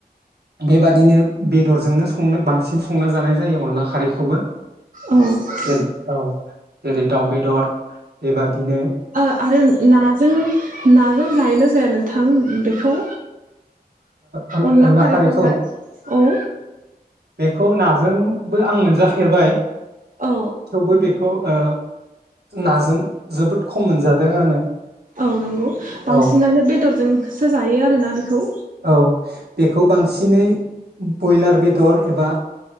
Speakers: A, on the right (about 80°); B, on the right (about 55°).
A: बेबादिनो बेदरजोंनो संनो बां सिन संना जानाय जायो अनला खारैखौबो।
B: औ ओ
A: जेरै औ जेरै दाउ बेदर बेबादिनो
B: ओ आरो नाजों नाजों जायोना जाया नोंथां बेखौ
A: ओ
B: अनला खारैखौहाय
A: खारैखौ
B: औ
A: बेखौ नाजोंबो आं मोनजाफेरबाय
B: औ
A: थेवबो बेखौ ओ नाजों जोबोद खम मोनजादों आङो
B: औ नंगौ बांसिनानो
A: औ
B: बेदरजोंसो जायो आरोना बेखौ
A: औ बेखौ बांसिनै बयलार बेदर एबा